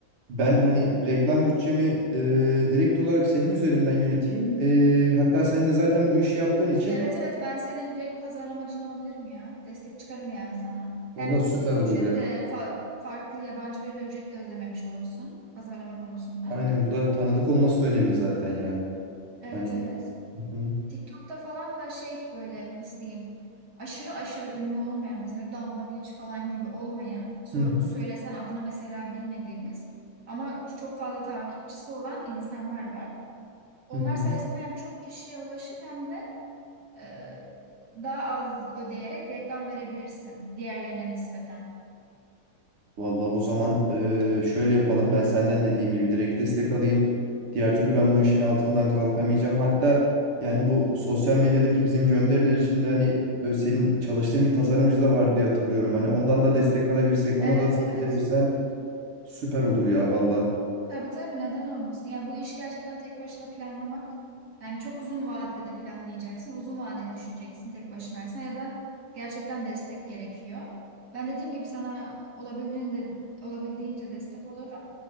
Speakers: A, on the right; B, on the right.
A: ben
B: Hı
A: hani
B: hı.
A: reklam bütçemi eee, direkt olarak senin üzerinden yöneteyim. Eee, hatta sen de zaten bu işi yaptığın için
B: Evet evet ben senin direkt pazarlamacın olabilirim ya. Destek çıkarım yani sana. Hem
A: valla süper
B: e,
A: olur
B: ücret
A: ya.
B: de fa- farklı yabancı birine ücret de ödememiş olursun pazarlama konusunda.
A: Aynen burada tanıdık olması da önemli zaten ya.
B: Evet
A: Hani
B: evet.
A: hı hı.
B: TikTok'ta falan da şey böyle nasıl diyeyim aşırı aşırı ünlü olmayan mesela Danla Bilic falan gibi olmayan sö-
A: Hı hı,
B: söylesen adını mesela bilmediğimiz ama çok fazla takipçisi olan insanlar var. Onlar
A: hı hı.
B: sayesinde hem çok kişiye ulaşıp hem de e, daha az ödeyerek reklam verebilirsin diğerlerine nispeten.
A: Vallahi o zaman eee, şöyle yapalım. Ben senden dediğim gibi direkt destek alayım. Diğer türlü ben
B: Hı hı.
A: bu işin altından kalkamayacağım. Hatta yani bu sosyal medyadaki bizim gönderiler için de hani böyle senin çalıştığın bir tasarımcı da var diye hatırlıyorum. Hani ondan da destek alabilirsek,
B: Evet
A: onu da dahil
B: evet.
A: edebilirsen süper olur ya valla.
B: Tabii tabii neden olmasın? Ya bu iş gerçekten tek başına planlamak. Yani çok uzun vadede planlayacaksın, uzun vadeli düşüneceksin tek başınaysan ya da gerçekten destek gerekiyor. Ben dediğim gibi sana olabildiğince, olabildiğince destek olurum.